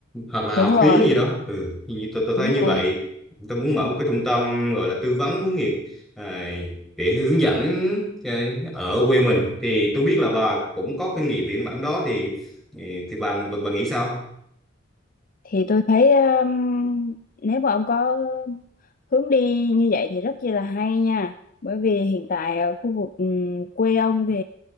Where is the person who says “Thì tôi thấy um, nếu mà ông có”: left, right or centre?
Left